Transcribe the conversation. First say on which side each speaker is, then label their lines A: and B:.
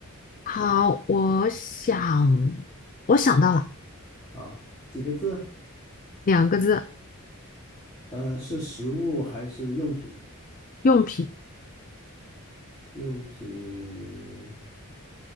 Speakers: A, on the left; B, on the left.
A: 好，我想，我想到了
B: 啊，几个字？
A: 两个字，
B: 呃，是食物还是用品？
A: 用品，
B: 用品